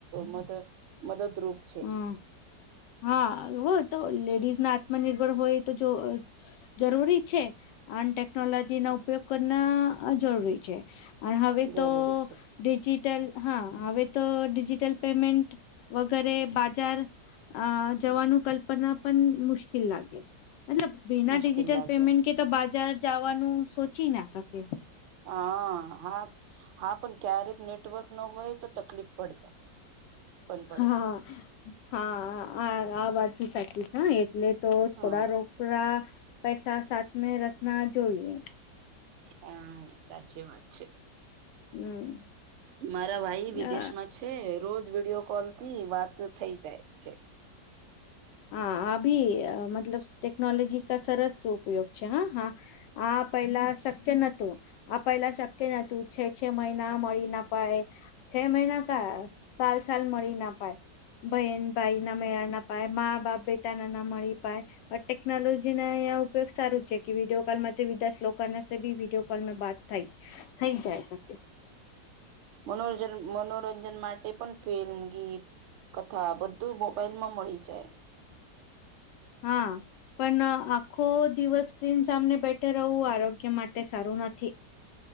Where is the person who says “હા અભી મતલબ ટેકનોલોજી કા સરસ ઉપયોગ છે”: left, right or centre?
Left